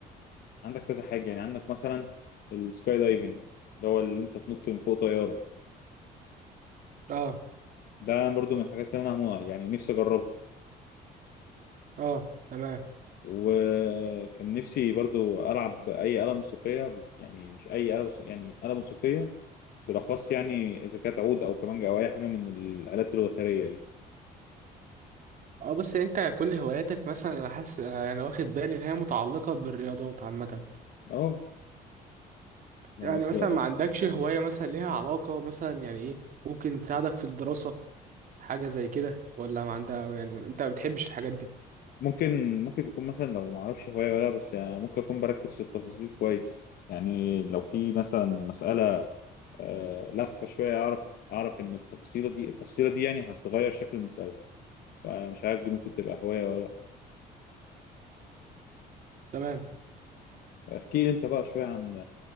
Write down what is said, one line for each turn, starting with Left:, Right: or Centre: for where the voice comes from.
Left: عندك كذا حاجة يعني عندك مثلا السكاي دايفنج اللي هو اللي انت تنط من فوق طيارة
Right: اه
Left: ده برضو من الحاجات اللي انا مو- يعني نفسي اجربها
Right: اه تمام
Left: وكان نفسي برضو العب اي آلة موسيقية يعني مش اي آلة موسيقية يعني آلة موسيقية بالاخص يعني اذا كانت عود او كمانجا او اي حاجة من الآلات الوترية دي
Right: اه بس انت كل هواياتك مثلا انا حاسس انا أنا واخد بالي ان هي متعلقة بالرياضات عامة
Left: اه يعني
Right: يعني
Left: اصل
Right: مثلا ما عندكش هواية مثلا ليها علاقة مثلا يعني ايه ممكن تساعدك في الدراسة حاجة زي كده ولا ما عندها يعني انت ما بتحبش الحاجات دي
Left: ممكن ممكن تكون مثلا لو ما اعرفش هواية ولا بس يعني ممكن اكون بركز في التفاصيل كويس يعني لو في مثلا مسألة آه، لفة شوية اعرف اعرف ان التفاصيلة دي التفصيلة دي يعني هتغير شكل المسألة فمش عارف دي ممكن تبقى هواية ولا
Right: تمام
Left: احكي لي انت بقى شوية عن